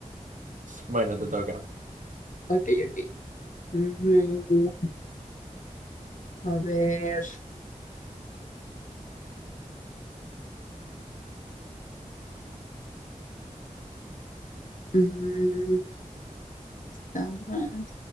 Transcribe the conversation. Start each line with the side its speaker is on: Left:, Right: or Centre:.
Right: Bueno, te toca.
Left: Ok, ok. Mm, a ver. Mm, está mal.